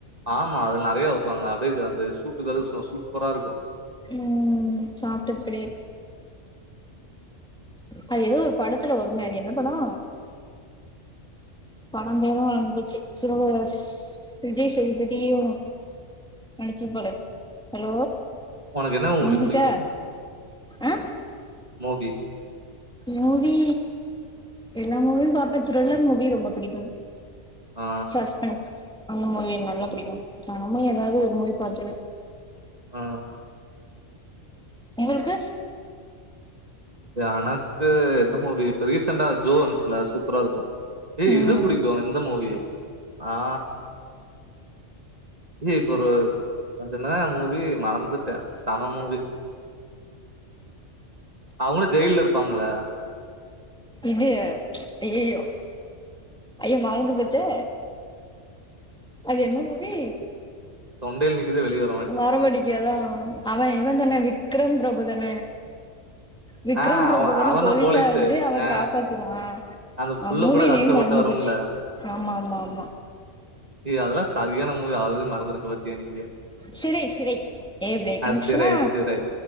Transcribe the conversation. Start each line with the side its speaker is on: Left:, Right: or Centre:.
Right: ஆமா அதுல நறைய வப்பாங்க அப்டியே அந்த சூட்டுக்கது சும்மா சூப்பரா இருக்கு
Centre: ம் சாப்ட்டது கெடையாது அது எதோ ஒரு படத்துல வருமே அது என்ன படோ படம் பேரும் மறந்து போச்சி சோ ஸ் விஜய்சேதுபதியு நடுச்சிருப்பாலே ஹலோ
Right: உனக்கு என்னா மூவி
Centre: முடிஞ்சிட்டா
Right: புடிக்கு
Centre: ஆ
Right: மூவி
Centre: மூவி எல்லா மூவியும் பாப்ப திரில்லர் மூவி ரொம்ப பிடிக்கு
Right: ஆ
Centre: சஸ்பென்ஸ் அந்த மூவி நல்லா புடிக்கு தெனமு எதாவது ஒரு மூவி பாத்துருவ
Right: ஆ
Centre: உங்களுக்கு
Right: எனக்கு எந்த மூவி இப்ப ரீசன்ட்டா ஜோ வந்ச்சில சூப்பரா இருக்கு ஏய்
Centre: ம்
Right: இது பிடிக்கு இந்த மூவி ஆ ஏய் இப்ப ஒரு அது என்னா மூவி மறந்துட்ட சம மூவி அவுங்களு ஜெயில்ல இருப்பாம்ல்ல
Centre: இது ஐய்யயோ ஐயோ மறந்து போச்சே அது என்ன மூவி
Right: தொண்டையில நிக்குது வெளிய வ
Centre: வரமாட்டேகு அதா அவன் இவன் தான விக்ரம் பிரபுதான விக்ரம்
Right: ஆ
Centre: பிரபு
Right: அவ
Centre: தான
Right: அவன்தா
Centre: போலீஸா
Right: போலீஸு
Centre: இருந்து அவ
Right: ஆ
Centre: காப்பாத்துவா
Right: அந்த புள்ள
Centre: ஆ மூவி
Right: கூட கஷ்டப்பட்டு
Centre: நேம் மறந்துபோச்சி
Right: வரும்ல
Centre: ஆமா ஆமா ஆமா
Right: ஏய் அதெல்லா சரியான மூவி அது மறந்துருக்கு பாத்தியா எனக்கு
Centre: சிறை சிறை எப்டி கண்டுபுடிச்சிடனா
Right: சிறை சிறை